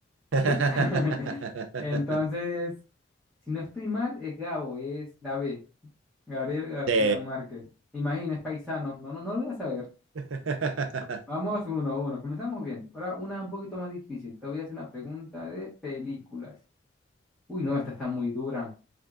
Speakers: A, in the centre; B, on the right.
A: ¿Sí?
B: <laughs>
A: <laughs> Entonces, si no estoy mal, es Gabo, es la B, Gabriel García
B: Sí.
A: Márquez. Imagina, es paisano. No, no, no lo voy a saber.
B: <laughs>
A: Vamos uno a uno. Comenzamos bien. Ahora una un poquito más difícil. Te voy a hacer una pregunta de películas. Uy, no, esta está muy dura.